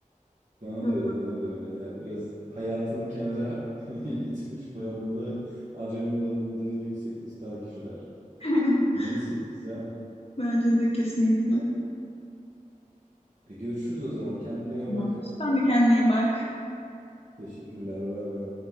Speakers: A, on the right; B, on the left.
A: Bana
B: Çok
A: da öyle, bana da öyle. Ya biraz hayatını kenara <laughs> itmiş, bağımlılığı, adrenalin bağımlılığı yüksekte tutan kişiler.
B: <laughs>
A: Neyse güzel.
B: Bence de kesinlikle.
A: E görüşürüz o zaman. Kendine
B: Tamam.
A: iyi bak.
B: Sen de kendine iyi bak.
A: Teşekkürler. Bay bay.